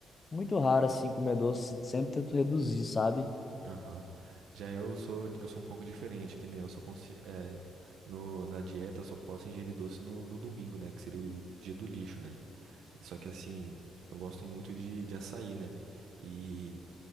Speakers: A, on the left; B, on the right.
A: Muito raro assim comer doce, sempre tento reduzir, sabe?
B: Aham. Já eu sou, eu sou um pouco diferente, que nem eu sou consci... é, no, na dieta eu só posso ingerir doce no, no domingo, né? Que seria o dia do lixo, né? Só que assim, eu gosto muito de, de açaí, né? E,